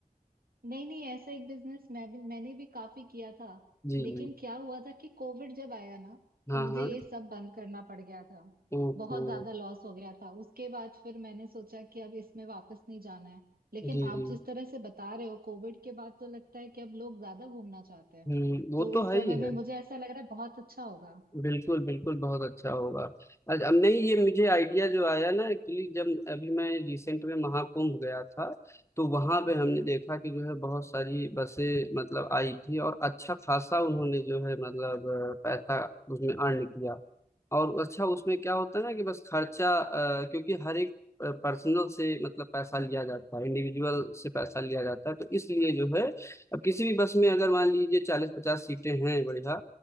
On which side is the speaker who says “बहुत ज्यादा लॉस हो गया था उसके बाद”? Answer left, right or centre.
Right